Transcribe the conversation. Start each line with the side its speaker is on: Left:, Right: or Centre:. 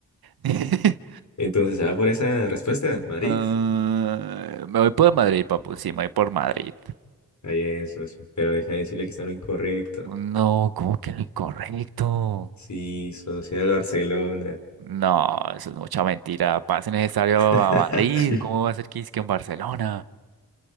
Right: <laughs>
Left: Entonces, se va por esa respuesta, Madrid.
Right: Ah, me voy por Madrid, papu, sí, me voy por Madrid.
Left: Está bien, socio. Pero deja de decirle que está en lo incorrecto.
Right: No, ¿cómo que lo incorrecto?
Left: Sí, socio, era el Barcelona.
Right: No, eso es mucha mentira. Pase necesario
Left: <laughs>
Right: a Madrid.
Left: Sí.
Right: ¿Cómo va a ser que es que en Barcelona?